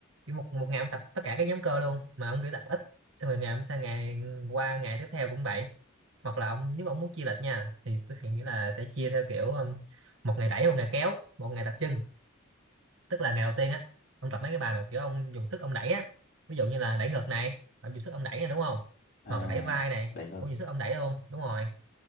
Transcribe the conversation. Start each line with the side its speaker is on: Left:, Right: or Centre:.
Right: kiểu một một ngày ông tập tất cả các nhóm cơ luôn mà ông cứ tập ít xong rồi ngày ông sang ngày qua ngày tiếp theo cũng vậy hoặc là ông nếu mà ông muốn chia lịch nha thì tôi sẽ nghĩ là sẽ chia theo kiểu um, một ngày đẩy một ngày kéo một ngày tập chân tức là ngày đầu tiên á ông tập mấy cái bài mà kiểu ông dùng sức ông đẩy á ví dụ như là đẩy ngực này ông dùng sức ông đẩy này đúng không
Left: à
Right: hoặc là đẩy vai này
Left: đẩy thật
Right: ông dùng sức ông đẩy luôn đúng rồi